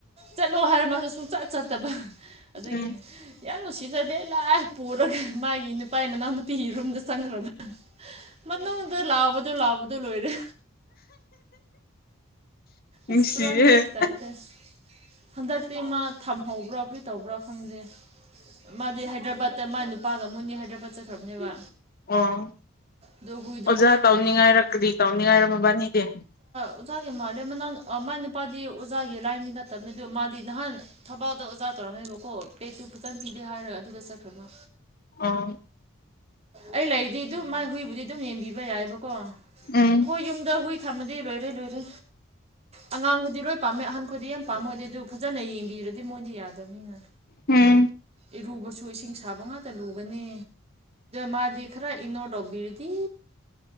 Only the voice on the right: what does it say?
ꯆꯠꯂꯣ ꯍꯥꯏꯔꯃꯁꯨ ꯁꯨꯡꯆꯠ ꯆꯠꯇꯕ ꯑꯗꯨꯗꯒꯤ
ꯌꯥꯝ ꯅꯨꯡꯁꯤꯖꯕ ꯂꯥꯏ ꯄꯨꯔꯒ ꯃꯥꯒꯤ ꯅꯨꯄꯥ ꯃꯅꯥꯎ ꯅꯨꯄꯤꯒꯤ ꯔꯨꯝꯗ ꯆꯪꯈ꯭ꯔꯕ ꯃꯅꯨꯡꯗ ꯂꯥꯎꯕꯗꯣ ꯂꯥꯎꯕꯗꯣ ꯂꯣꯏꯔꯦ ꯑꯁ
ꯄꯨꯔꯥ ꯃꯤ ꯇꯥꯏꯞꯇ ꯍꯟꯗꯛꯇꯤ ꯃꯥ ꯊꯝꯍꯧꯕ꯭ꯔꯥ ꯀꯤ ꯇꯧꯕ꯭ꯔꯥ ꯈꯪꯗꯦ ꯃꯥꯗꯤ ꯍꯥꯏꯗ꯭ꯔꯕꯥꯠꯇ ꯃꯥꯥꯏ ꯅꯨꯄꯥꯒ ꯃꯨꯅꯤ ꯍꯥꯏꯗ꯭ꯔꯕꯥꯠ ꯆꯠꯈ꯭ꯔꯕꯅꯦꯕ
ꯑꯗꯣ ꯍꯨꯏꯗꯣ
ꯀꯃꯥꯏꯅ
ꯇꯧꯕ꯭ꯔꯥ ꯈꯟꯅ
ꯑꯣꯗꯒ ꯃꯥꯂꯦ ꯃꯅ ꯑ ꯃꯥꯅꯦꯄꯥꯗꯤ ꯑꯣꯖꯥꯒꯤ ꯂꯥꯏꯟꯗꯤ ꯅꯠꯇꯕꯅ ꯑꯗꯨ ꯃꯥꯗꯤ ꯅꯍꯥꯟ ꯊꯕꯥꯛꯗ ꯑꯣꯖꯥ ꯇꯧꯔꯝꯃꯦꯕꯀꯣ ꯄꯦꯇꯨ ꯐꯆꯥꯟ ꯄꯤꯗꯦ ꯍꯥꯏꯔ ꯑꯗꯨꯗ ꯆꯠꯈ꯭ꯔꯃ
ꯑꯩ ꯂꯩꯗꯤ ꯑꯗꯨꯝ ꯃꯥꯏ ꯍꯨꯏꯕꯨꯗꯤ ꯑꯗꯨꯝ ꯌꯦꯡꯕꯤꯕ ꯌꯥꯏꯕꯀꯣ
ꯍꯣꯏ ꯌꯨꯝꯗ ꯍꯨꯏ ꯊꯝꯃꯗꯤ ꯂꯣꯏꯔꯦ ꯂꯣꯏꯔꯦ ꯑꯉꯥꯡꯈꯣꯏꯗꯤ ꯂꯣꯏ ꯄꯥꯝꯃꯦ ꯑꯍꯟꯈꯗꯤ ꯌꯥꯝ ꯄꯥꯝꯃꯣꯏꯗꯤ ꯑꯗꯨ ꯐꯖꯅ ꯌꯦꯡꯕꯤꯔꯗꯤ ꯃꯣꯏꯗꯤ ꯌꯥꯗꯕꯅꯤꯅ
ꯏꯔꯨꯕꯁꯨ ꯏꯁꯤꯡ ꯁꯥꯕ ꯉꯥꯛꯇ ꯂꯨꯒꯅꯤ ꯃꯥꯖꯤ ꯈꯔ ꯏꯟꯅꯣ ꯗꯕꯤꯔꯗꯤ